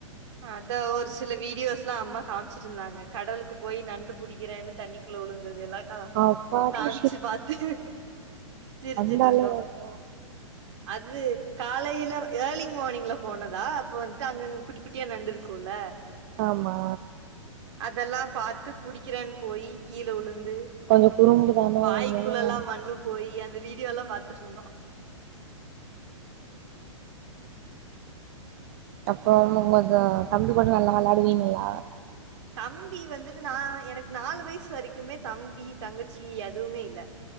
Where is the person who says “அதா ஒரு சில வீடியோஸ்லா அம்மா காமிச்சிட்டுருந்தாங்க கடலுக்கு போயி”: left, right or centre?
Right